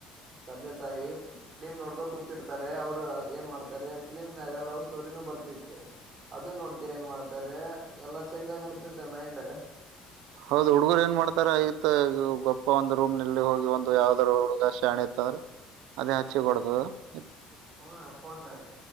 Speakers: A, on the right (about 30°); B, on the right (about 85°).
A: ತಂದೆ ತಾಯಿ ಫ್ಲಿಮ್ ನೋಡ್ಕೋದು ಗೊತ್ತಿರ್ತಾರೆ ಅವರು ಏನ್ ಮಾಡ್ತಾರೆ ಫಿಲಿ್ ಲವ್ ಸ್ಟೋರಿನೂ ಬರ್ತೈತೆ ಅದು ನೋಡ್ಕರಿ ಏನ್ ಮಾಡ್ತಾರೆ ಎಲ್ಲಾ ಚೇಂಜ್ ಆಗಿ ಬಿಡ್ತದೆ ಮೈಂಡ್
B: ಹೌದ್, ಹುಡ್ಗರು, ಏನ್, ಮಾಡ್ತಾರ! ಆಯತ್ ಈ, ಗೊಪ್ಪ, ಒಂದ್, ರೂಮ್ನಲ್ಲಿ, ಹೋಗಿ ಒ? <inaudible> ಯಾವ್ದ್ರ, ಹುಡುಗ ಶಾಣೆ ಇತ್ತಂದ್ರ ಅದೇ ಹಚ್ಚಿ, ಬಿಡದು. <inaudible>
A: ಹ್ಮ, ಫೋನಾಗ,